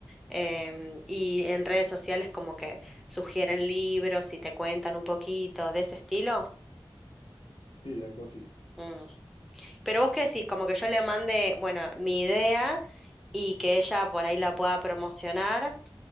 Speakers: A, in the centre; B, on the left.
A: em, y en redes sociales como que sugieren libros y te cuentan un poquito de ese estilo.
B: Sí, algo así.
A: Mm. Pero vos qué decís, como que yo le mande, bueno, mi idea y que ella por ahí la pueda promocionar.